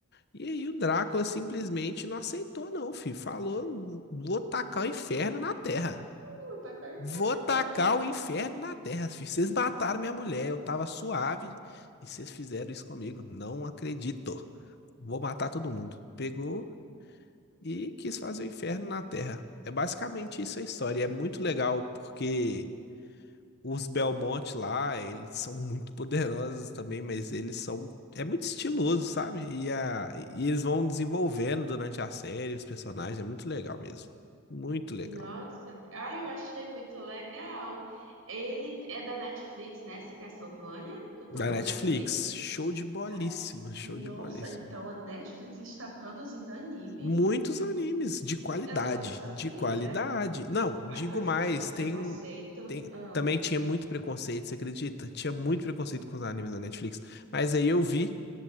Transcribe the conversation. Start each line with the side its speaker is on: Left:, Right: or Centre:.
Left: E aí o Drácula simplesmente não aceitou, não, filho. Falou, vou tacar o inferno na terra.
Right: Uh, tá com a
Left: Vou
Right: cara
Left: tacar o inferno na terra, filho. Vocês mataram minha mulher, eu tava suave e vocês fizeram isso comigo. Não acredito. Vou matar todo mundo. Pegou e quis fazer o inferno na terra. É basicamente isso a história. E é muito legal porque os Belmont lá, eles são muito poderosos também, mas eles são. É muito estiloso, sabe? E, a... e eles vão desenvolvendo durante a série os personagens, é muito legal mesmo. Muito legal.
Right: Nossa, ai, eu achei muito legal. Ele é da Netflix, né? Esse Castlevania, que eu tô
Left: Da
Right: vendo
Left: Netflix,
Right: aqui.
Left: show de bolíssima,
Right: Ah,
Left: show
Right: nossa,
Left: de bolíssima.
Right: então a Netflix está produzindo anime?
Left: Muitos animes de qualidade,
Right: Eu não sabia.
Left: de qualidade. Não, digo
Right: Ai, mas
Left: mais,
Right: eu tinha preconceito.
Left: tem um. Tem...
Right: Ah,
Left: Também tinha muito preconceito, você acredita? Tinha muito preconceito com os animes da Netflix. Mas aí eu vi.